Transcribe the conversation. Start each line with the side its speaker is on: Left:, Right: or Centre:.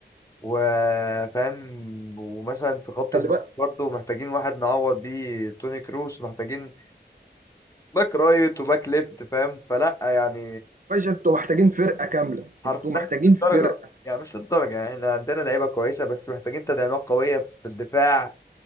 Left: وفاهم ومثلا في خط
Right: خلي
Left: النص
Right: بالك
Left: برضه محتاجين واحد نعوض بيه توني كروس محتاجين باك رايت وباك ليفت فاهم فلا يعني
Right: باشا انتوا محتاجين فرقه كامله
Left: حرف
Right: انتوا محتاجين
Left: لا مش للدرجة
Right: فرقه
Left: يعني مش للدرجة يعني احنا عندنا لعيبة كويسة بس محتاجين تدعيمات قوية في الدفاع